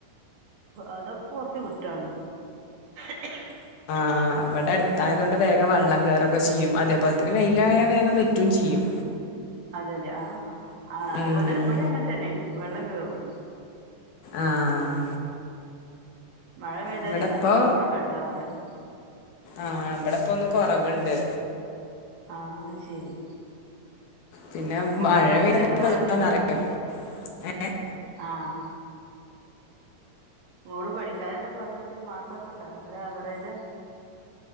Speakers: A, on the right; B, on the left.
A: അതൊക്കെ കുറച്ച് വിട്ടാണ്. <inaudible>
B: ആഹ് അവിടെ അടുത്തായതൊണ്ട് വേഗം വെള്ളം കേറൊക്കെ ചെയ്യും. അതേപോലെ തന്നെ വെയിലായാ വേഗം വറ്റം ചെയ്യും.
A: അതെല്ലേ. ആഹ് ആ അതുപോലെ
B: ഉം
A: തന്നെ ഇപെടി അങ്ങനെ തന്നെണ് വെള്ളം കേറും
B: ആഹ്
A: മഴ പെയ്താലെ
B: ഇവിടെപ്പോ
A: നല്ലോണം വെള്ളക്കാരോ.
B: ആഹ് ഇമ്പിടെ ഇപ്പ ഒന്ന് കുറവുണ്ട്.
A: ആഹ് അഅ്ശരി.
B: പിന്നെ
A: മോള്
B: മഴ
A: പഠിക്കാനെന്താപാട്.
B: പെയ്ത നല്ലോന്നറിയും ഏ
A: ആഹ് മോള് പഠിക്കാൻ എന്താ പാട് ചോദിച്ച. മാർക്കൊക്കെ ഉണ്ടോ ഒരു അവറേജാ.